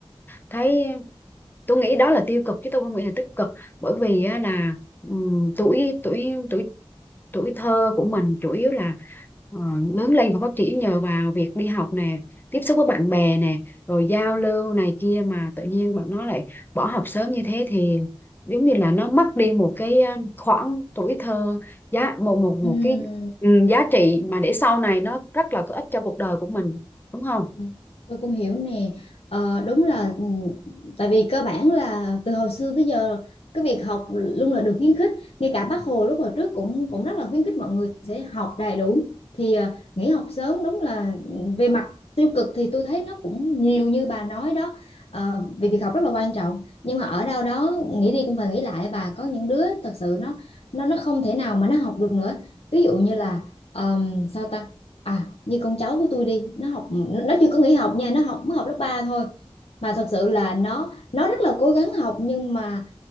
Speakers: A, on the left (about 20°); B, on the left (about 75°).
A: thấy tôi nghĩ đó là tiêu cực chứ tôi không nghĩ là tích cực bởi vì á, là ừm, tuổi tuổi tuổi tuổi thơ của mình chủ yếu là ờ, lớn lên và phát triển nhờ vào việc đi học nè tiếp xúc với bạn bè nè rồi giao lưu này kia mà tự nhiên bạn nó lại bỏ học sớm như thế thì giống như là nó mất đi một cái ờ, khoảng tuổi thơ giá một một một
B: ừm.
A: cái ừ, giá trị mà để sau này nó rất là có ích cho cuộc đời của mình đúng không
B: Ừ, tôi cũng hiểu nè Ờ, đúng là ừ, tại vì cơ bản là từ hồi xưa tới giờ cái việc học luôn là được khuyến khích ngay cả bác Hồ lúc hồi trước cũng cũng rất là khuyến khích mọi người sẽ học đầy đủ thì ờ, nghỉ học sớm đúng là ừ, về mặt tiêu cực thì tôi thấy nó cũng nhiều như bà nói đó Ờ, vì việc học rất là quan trọng nhưng mà ở đâu đó nghĩ đi cũng phải nghĩ lại bà có những đứa thật sự nó nó nó không thể nào mà nó học được nữa ví dụ như là um, sao ta à như con cháu của tôi đi nó học nó nó chưa có nghỉ học nha nó học mới học lớp 3 thôi mà thật sự là nó nó rất là cố gắng học nhưng mà